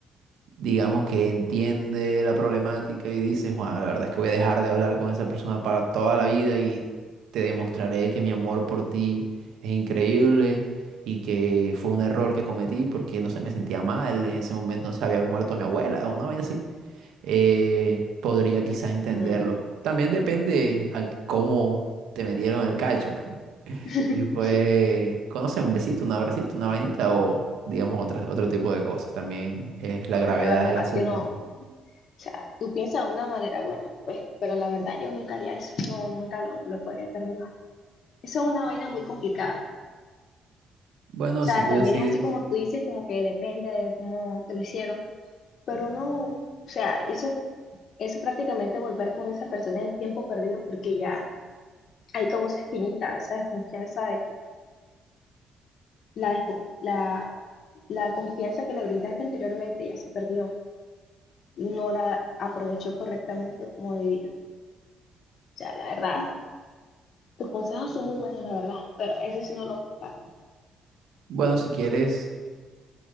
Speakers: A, on the right; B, on the left.
A: digamos que entiende la problemática y dice, Juan, la verdad es que voy a dejar de hablar con esa persona para toda la vida y te demostraré que mi amor por ti es increíble y que fue un error que cometí porque, no sé, me sentía mal, en ese momento no se había muerto mi abuela o una vaina así, eh, podría quizá entenderlo.
B: Mm,
A: También depende a cómo te metieron el cacho
B: <laughs>
A: si fue, conoce un besito, un abracito, una vainita o digamos otra otro tipo de cosas. También es
B: No,
A: la gravedad
B: ya la verdad,
A: del asunto.
B: yo no, O sea, tú piensas de una manera, bueno, pues, pero la verdad yo nunca haría eso, no, nunca lo, lo podría perdonar. Eso es una vaina muy complicada.
A: Bueno,
B: O
A: si
B: sea,
A: tú
B: también
A: decides,
B: es así como tú dices, como que depende de cómo te lo hicieron, pero no, o sea, eso, eso prácticamente volver con esa persona es tiempo perdido porque ya hay como esa espinita, esa desconfianza de que la, desco- la, la confianza que le brindaste anteriormente ya se perdió, no la aprovechó correctamente como debía. O sea, la verdad, tus consejos son muy buenos, la verdad, pero eso sí no lo comparto.
A: bueno, si quieres,